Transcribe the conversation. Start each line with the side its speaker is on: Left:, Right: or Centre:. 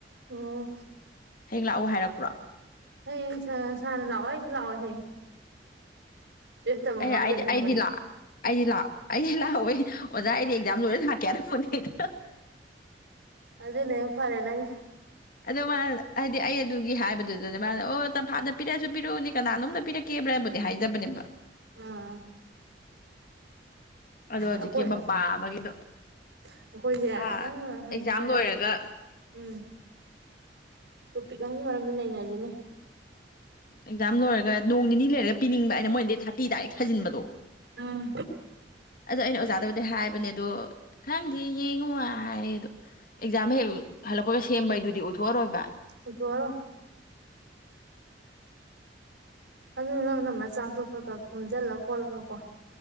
Right: ꯑꯣ
Left: ꯍꯌꯦꯡ ꯂꯥꯛꯑꯣ ꯍꯥꯏꯔꯛꯄ꯭ꯔꯣ
Right: ꯍꯌꯦꯡꯁꯦ ꯁꯔ ꯁꯥꯔꯅ ꯂꯑꯣ ꯑꯩꯖꯤ ꯖꯥꯛꯑꯣꯏ ꯍꯌꯦꯡ ꯗ꯭ꯔꯦꯁꯇꯕ
Left: ꯑꯩ
Right: ꯃꯥꯏ
Left: ꯑꯩ
Right: ꯆꯠꯅꯤ
Left: ꯑꯩꯗꯤ
Right: ꯍꯥꯏꯕꯅꯤ
Left: ꯂ ꯑꯩꯗꯤ ꯂꯥꯛ ꯑꯩꯗꯤ ꯂꯥꯛꯑꯣꯏ ꯑꯣꯖꯥ ꯑꯩꯗꯤ ꯑꯦꯛꯖꯥꯝ ꯂꯣꯏꯔꯒ ꯂꯥꯛꯀꯦ ꯍꯥꯏꯔꯝꯕꯅꯦ ꯍꯥ ꯍꯥ
Right: ꯑꯗꯨꯅꯦ ꯐꯔꯦ ꯅꯪ
Left: ꯑꯗ ꯃꯥ ꯍꯥꯏꯗꯤ ꯑꯩ ꯑꯗꯨꯒꯤ ꯍꯥꯏꯕꯗꯨꯗꯅꯦ ꯃꯥ ꯑꯣ ꯇꯝꯐꯥꯗ ꯄꯤꯔꯛꯑꯁꯨ ꯄꯤꯔꯛꯎꯅꯦ ꯀꯅꯥꯅꯣꯝꯗ ꯄꯤꯔꯛꯀꯦꯕ꯭ꯔꯥ ꯍꯥꯏꯕꯨꯗꯤ ꯍꯥꯏꯖꯕꯅꯦꯕ
Right: ꯑꯥ
Left: ꯑꯍꯝ ꯑꯗꯣ ꯍꯧꯖꯤꯛꯀꯤ
Right: ꯑꯩꯈꯣꯏ
Left: ꯃꯄꯥ ꯑꯃꯒꯤꯗꯣ
Right: ꯑꯩꯈꯣꯏꯁꯦ
Left: ꯑ
Right: ꯅꯪ ꯍꯟꯗ
Left: ꯑꯦꯛꯖꯥꯝ ꯂꯣꯏꯔꯒ
Right: ꯎꯝ ꯇꯣꯄꯤꯛ ꯑꯃꯒꯤ ꯃꯔꯝꯗ ꯅꯩꯅꯖꯤꯅꯦ
Left: ꯑꯦꯛꯖꯥꯝ ꯂꯣꯏꯔꯒ ꯅꯣꯡ ꯅꯤꯅꯤ ꯂꯩꯔꯒ ꯄꯤꯅꯤꯡꯕ ꯑꯩꯅ ꯃꯣꯏꯗꯤ ꯊꯥꯔꯇꯤꯗ ꯑꯩ ꯊꯥꯖꯤꯟꯕꯗꯣ
Right: ꯎꯝ
Left: ꯑꯗꯣ ꯑꯩꯅ ꯑꯣꯖꯥꯗꯕꯨꯗꯤ ꯍꯥꯏꯕꯅꯦ ꯑꯗꯣ ꯈꯪꯗꯦ ꯌꯦꯡꯉꯨ ꯍꯥꯏꯌꯦ ꯑꯗꯣ ꯑꯦꯛꯖꯥꯝ ꯍꯦꯛ ꯍꯜꯂꯛꯄꯒ ꯁꯦꯝꯕ ꯍꯥꯏꯗꯨꯗꯤ ꯑꯣꯏꯊꯣꯛꯑꯔꯣꯏꯕ
Right: ꯑꯣꯏꯊꯣꯛꯑꯔꯣꯏ ꯑꯗꯨ ꯅꯪꯅ ꯃꯆꯥꯛꯇꯣ ꯈꯔ ꯈꯔ ꯈꯣꯝꯖꯤꯜꯂ ꯈꯣꯠꯂꯒ ꯀꯣ